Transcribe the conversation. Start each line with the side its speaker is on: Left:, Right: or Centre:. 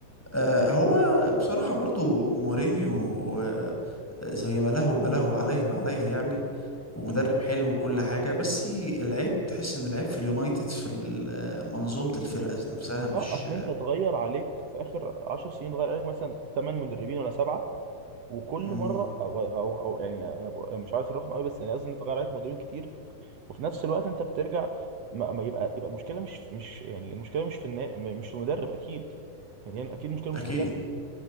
Centre: آه، هو بصراحة برضو مورينيو آه، زي ما له ما له عليه ما عليه يعني ومدرب حلو وكل حاجة بس العيب تحس ان العيب في اليونايتد في ال- آه، منظومة الفرقة نفسها مش
Right: اه اصل انت اتغير عليك في اخر 10 سنين اتغير عليك مثلا 8 مدربين ولا سبعه وكل
Centre: مم.
Right: مره او او, أو يعني انا ب- مش عارف الرقم قوي بس يعني قصدي ان اتغير عليك مدربين كتير وفي نفس الوقت انت بترجع ما ما يبقى يبقى المشكله مش مش يعني المشكله مش في النا... مش في المدرب اكيد يعني هي اكيد المشكله مش
Centre: اكيد
Right: في المدرب